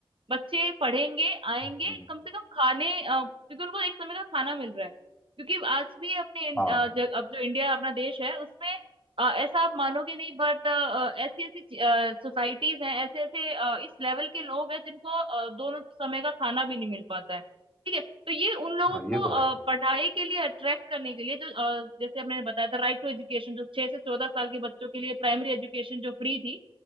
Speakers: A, on the right; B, on the left.
A: बच्चे पढ़ेंगे आएंगे
B: हम्म,
A: कम से कम खाने अ, क्योंकि उनको एक समय का खाना मिल रहा है क्योंकि आज भी अपने इन-
B: हाँ
A: अ, जग, अब जो इंडिया अपना देश है उसमें अ, ऐसा आप मानोगे नहीं बट ऐसी ऐसी सोसाइटीज हैं ऐसे ऐसे अ, इस लेवल के लोग हैं जिनको अ, दोनों समय का खाना भी नहीं मिल पाता है ठीक है तो ये उन लोगों
B: हाँ
A: को
B: ये तो
A: अ,
B: है
A: पढ़ाई के लिए अट्रैक्ट करने के लिए जो अ, जैसे हमने बताया था राइट टू एजुकेशन जो छह से चौदह साल के बच्चों के लिए प्राइमरी एजुकेशन जो फ्री थी